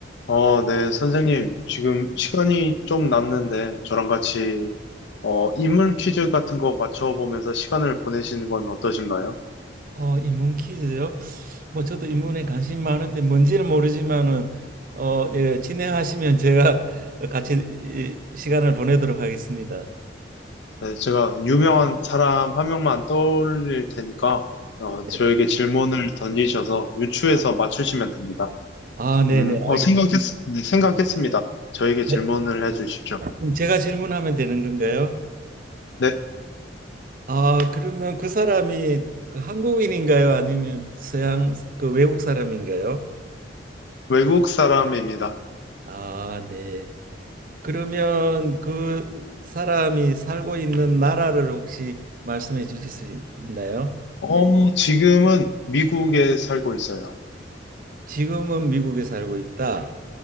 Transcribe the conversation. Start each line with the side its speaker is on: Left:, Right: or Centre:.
Left: 어, 네, 선생님. 지금 시간이 좀 남는데 저랑 같이 어, 인물 퀴즈 같은 거 맞춰보면서 시간을 보내시는 건 어떠신가요?
Right: 어, 인문 퀴즈요? 뭐 저도 인문에 관심 많은데 뭔지는 모르지만은 어, 예, 진행하시면 제가 <laughs> 같이 이- 시간을 보내도록 하겠습니다.
Left: 네, 제가 유명한 사람 한 명만 떠올릴 테니까 어,
Right: 네.
Left: 저에게 질문을 던지셔서 유추해서
Right: 아,
Left: 맞추시면 됩니다.
Right: 아, 네,
Left: 음,
Right: 네,
Left: 어,
Right: 알겠습니다.
Left: 생각했, 네, 생각했습니다. 저에게 질문을
Right: 네,
Left: 해주십시오.
Right: 그럼 제가 질문하면 되는 건가요?
Left: 네,
Right: 아, 그러면 그 사람이 그 한국인인가요? 아니면 서양 그 외국 사람인가요?
Left: 외국 사람입니다.
Right: 아, 네. 그러면 그 사람이 살고 있는 나라를 혹시 말씀해 주실 수 있- 있나요?
Left: 어, 지금은 미국에 살고 있어요.
Right: 지금은 미국에 살고 있다.